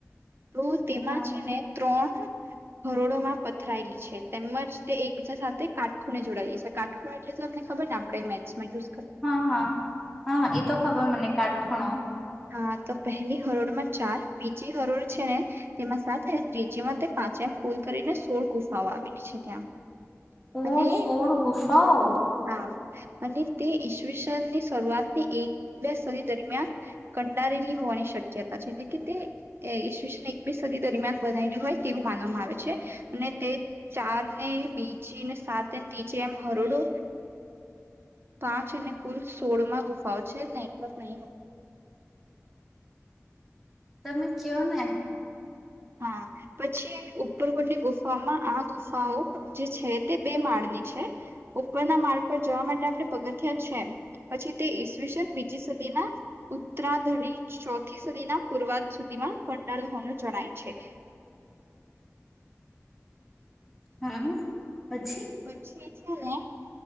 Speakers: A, on the right; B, in the centre.
A: તો તેમાં
B: હા
A: છે ને ત્રણ કરોડોમાં પથરાયેલી છે તેમજ તે એકબીજા સાથે કાટખોણે જોડાયેલી છે કાટખોણે એટલે તો તમને ખબર ને આપણે મેસમાં જો
B: હા હા હા હા એતો ખબર મને કાટ ખણો
A: હા તો પહેલી હરોળ માં ચાર બીજી હરોળ છેને તેમાં સાથે ત્રીજીમાં તે પાંચેમ કુલ કરીને સોળ ગુફાઓ આવેલી છે ત્યાં.
B: ઓ
A: અને
B: શોર ઘુસાઓ.
A: હા અને તે ઈશ્વીસનની શરૂઆતની એક બે સદી દરમિયાન કંડારેલી હોવાની શક્યતા છે એટલે કે તે એકસ સદી દરમિયાન બનાયું હોય તેવું માનવામાં આવે છે અને તે ચાર ને બીજીને સાત ત્રીજ એમ હરોડો પાંચ અને કુલ સોળમાં ગુફાઓ છે નેટવર્ક નહી.
B: તમે કયો ને.
A: હા પછી ઉપરકોટની ગુફાઓમાં આ ગુફાઓ જે છે તે બે માળની છે ઉપરના માળ પર જવા માટે આપણે પગથયા છે પછી તે ઈસવીસન બીજી સદીના ઉત્તરાધારી ચોથી સદીના પૂર્વા સુધીમાં કંડાળો હોવાનું જણાય. અચ્છા
B: હા પછી.
A: પછી છે ને